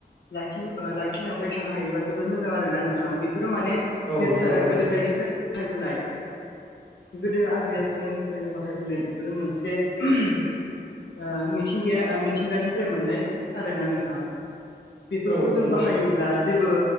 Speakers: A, on the left (about 80°); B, on the left (about 25°).
A: लाखि ओ लाखिलांबाय थानो हायोबा जोबोद मोजां आरो ना नोंथां। बेफोरो माने
B: औ
A: नेचारेल
B: नंगौ नोंथां
A: गोदो गोदायनिफ्राय बाहायबोनाय गोदो आजै आजौमोननिफ्रायनो बाहायबोनाय बेफोरो मोनसे ओ मिथिंगाया मिथिंगानिफ्राय मोननाय आरोना नोंथां। बेफोरखौ
B: औ
A: जों
B: नंगौ
A: बाहायोब्ला जेबो